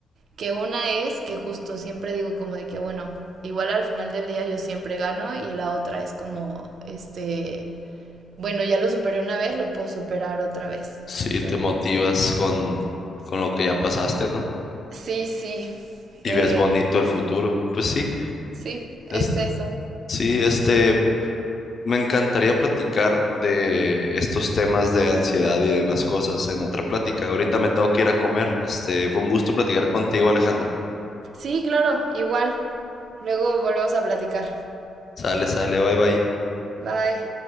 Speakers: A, on the right; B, on the left.
A: Que una es que justo siempre digo como de que, bueno, igual al final del día yo siempre gano y la otra es como, este, bueno, ya lo superé una vez, lo puedo superar otra vez.
B: Sí,
A: Entonces,
B: te motivas con, con lo que ya pasaste, ¿no?
A: sí, sí,
B: Y
A: eh,
B: ves bonito el futuro. Pues sí,
A: sí, es
B: es,
A: eso.
B: sí, este, me encantaría platicar de estos temas de ansiedad y demás cosas en otra plática. Ahorita me tengo que ir a comer. Este, fue un gusto platicar contigo, Alejandra.
A: Sí, claro, igual. Luego volvemos a platicar.
B: Sale, sale, bye bye.
A: Bye.